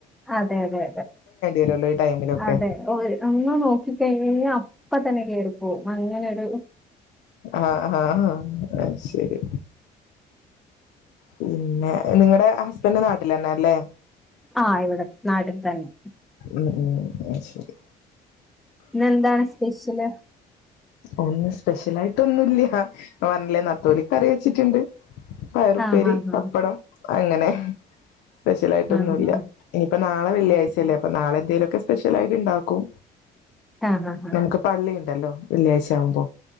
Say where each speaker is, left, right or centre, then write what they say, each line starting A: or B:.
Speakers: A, in the centre; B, on the left.
A: അതെ അതെ
B: വരുല്ലോ ഈ ടൈമിലൊക്കെ
A: അതെ അതെ ഒന്ന് നോക്കിക്കഴിഞ്ഞ അ അപ്പ തന്നെ കേറിപ്പോ അങ്ങനെ ഒരു
B: ആആഹഹ അ ശരി പിന്നെ നിങ്ങളടെ ഹസ്ബൻഡന്റെ നാട്ടിൽ തന്നെ അല്ലേ
A: ആ ഇവിടെ നാട്ടിൽ തന്നെ
B: ഉം ഉം ശരി
A: ഇന്നെന്താണ് സ്പെഷ്യല്
B: ഒന്നും സ്പെഷ്യൽ ആയിട്ട ഒന്നുംല്ല പറഞ്ഞില്ലേ നത്തോലിക്കറി വെച്ചിട്ടുണ്ട് പയറു
A: ആഹ്
B: പേരി
A: ആഹ്
B: പപ്പടം അങ്ങനെ സ്പെഷ്യലയിട്ട്
A: ആഹ്
B: ഒന്നുല്ല
A: ആഹ്
B: ഇനിയിപ്പ നാളെള്ളിയഴചല്ലേ
A: ആഹ്
B: അപ്പ നളെന്തേങ്കിലും സ്പെഷ്യലായിട്ട് ഇണ്ടക്കും
A: ആഹ് ആഹ് ആഹ്
B: നമുക്ക് പള്ളി ഹലോ വെള്ളിയഴ്ച ആവുമ്പോ